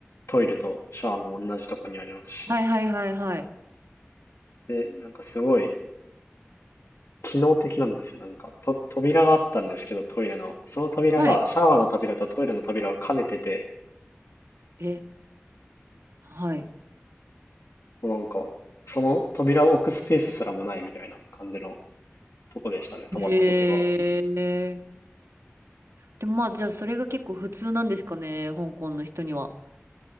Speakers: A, on the left (about 80°); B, on the right (about 80°).
A: トイレとシャワーも同じとこにありますし。
B: はいはいはいはい。
A: で、なんかすごい機能的なんですよ。なんか、と、扉があったんですけど、トイレの。その扉が、
B: はい。
A: シャワーの扉とトイレの扉を兼ねてて、
B: え、はい。
A: もうなんか、その扉を置くスペースすらもないみたいな感じのとこでしたね、泊まったホテルは。
B: へえ。でもまあ、じゃあそれが結構普通なんですかね、香港の人には。